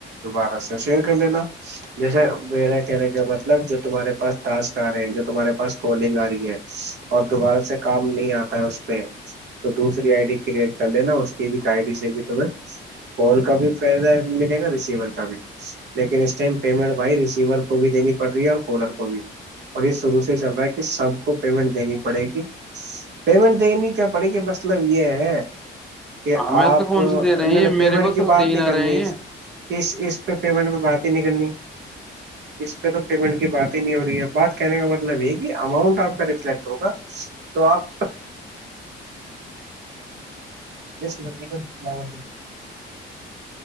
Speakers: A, on the right; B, in the centre.
A: دوبارہ سے شئر کر دینا جیسے میرا کہنے کا مطلب جو تمہارے پاس ٹسک آ رہے ہیں جو تمہارے پاس کولنگ آ رہی ہے اور دوبارہ سے کام نہیں آتا ہے اس پہ تو تو ری آئی ڈی کریٹ کر رہے نا اس کی بھی آئی ڈی سے بھی تمہیں کال کا بھی فائدہ ملے گا ر بھی لیکن اس م پیمنٹ بھائی ریسیور کو بھی دینی پڑ رہی ہے اور کالر کو بھی اور یہ شروع سے چل رہا ہے کہ سب کو پیمنٹ دینی پڑے گی پیمنٹ دین کے پڑے گ مطلب یہ ہے کہ
B: ہمیں
A: آپ
B: تو کون
A: نہیں
B: سی دے رہے ہیں یہ
A: ن پیمنٹ
B: میرے کو
A: کی
B: تو
A: بات
B: دے
A: نہیں
B: ہی نہ
A: کرنی
B: رہے ہیں
A: اس پہ پیمنٹ میں بات ہی نہیں کرنی اس پہ تو پیمنٹ کی بات ہی نہیں ہو رہی ہے بات کہنے کا مطلب یہ کہ اماؤنٹ آپ کا رفلیکٹ ہوگا تو آپ م